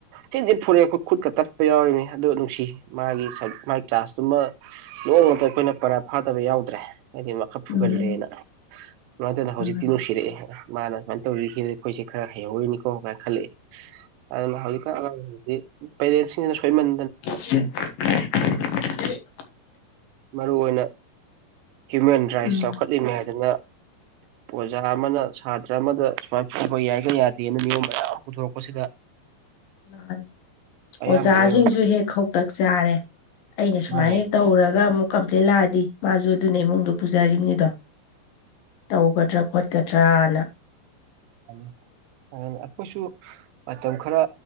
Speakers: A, on the right; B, on the left.
A: ꯊꯤ ꯊꯤ ꯐꯨꯔꯛꯑꯦ ꯑꯩꯈꯣꯏ ꯈꯨꯠꯀ ꯇꯠꯄ ꯌꯥꯎꯔꯤꯅꯦ ꯑꯗꯨ ꯅꯨꯡꯁꯤ ꯃꯥꯒꯤ ꯃꯥꯒꯤ ꯀ꯭ꯂꯥꯁꯇꯨꯃ ꯅꯣꯡ ꯃꯇ ꯑꯩꯇꯣꯢꯅ ꯄꯔꯥ ꯐꯥꯗꯕ ꯌꯥꯎꯗ꯭ꯔꯦ ꯍꯥꯏꯗꯤ ꯃꯥ ꯈꯔ ꯐꯨꯒꯜꯂꯦꯅ
B: ꯎꯝ
A: ꯑꯗꯨꯃꯥꯏꯅ ꯇꯧꯅ ꯍꯧꯖꯤꯛꯇꯤ
B: ꯃꯥꯅꯤ
A: ꯅꯨꯡꯁꯤꯔꯛꯑꯦ ꯃꯥꯅ ꯁꯨꯃꯥꯏꯅ ꯇꯧꯕꯤꯒꯤꯕꯗꯩ ꯑꯩꯈꯣꯏꯁꯦ ꯈꯔ ꯍꯩꯍꯧꯔꯤꯅꯤꯀꯣꯥ ꯀꯥꯢꯅ ꯈꯜꯂꯛꯑꯦ ꯑꯗꯨꯅ ꯍꯧꯖꯤꯛꯀꯥꯟ ꯑꯉꯥꯡꯁꯤ ꯁꯤꯗꯤ ꯄꯦꯔꯦꯟꯁꯤꯡꯁꯤꯅ ꯁꯣꯏꯃꯟ
B: <unintelligible>
A: ꯃꯔꯨ ꯑꯣꯏꯅ ꯍ꯭ꯌꯨꯃꯦꯟ ꯔꯥꯏꯠꯁ
B: ꯎꯝ
A: ꯆꯥꯎꯈꯠꯂꯤꯝꯅꯦ ꯍꯥꯏꯗꯅ ꯑꯣꯖꯥ ꯑꯃꯅ ꯁꯥꯇ꯭ꯔ ꯑꯃꯗ ꯁꯨꯃꯥꯏꯅ ꯐꯕ ꯌꯥꯏꯒ ꯌꯥꯗꯦꯅ ꯅꯤꯌꯣꯝ ꯃꯌꯥꯝ ꯑꯃ ꯄꯨꯊꯣꯔꯛꯄꯁꯤꯗ
B: ꯃꯥꯅꯤ
A: ꯑꯌꯥꯝꯕ
B: ꯑꯣꯖꯥꯁꯤꯡꯁꯨ
A: ꯑꯣꯏꯔꯕ
B: ꯍꯦꯛ ꯈꯧꯇꯛ ꯆꯥꯔꯦ ꯑꯩꯅ ꯁꯨꯃꯥꯏꯅ
A: ꯃꯥꯅꯦ
B: ꯍꯦꯛ ꯇꯧꯔꯒ ꯑꯃꯨꯛ ꯀꯝꯄ꯭ꯂꯦꯟ ꯂꯥꯛꯑꯗꯤ ꯃꯥꯁꯨ ꯑꯗꯨꯅ ꯏꯃꯨꯡꯗ ꯄꯨꯖꯔꯤꯕꯅꯤꯗꯣ ꯇꯧꯒꯗ꯭ꯔꯥ ꯈꯣꯠꯀꯗ꯭ꯔꯅ
A: <inaudible> ꯑꯗꯨꯅ ꯑꯩꯈꯣꯏꯁꯨ ꯃꯇꯝ ꯈꯔ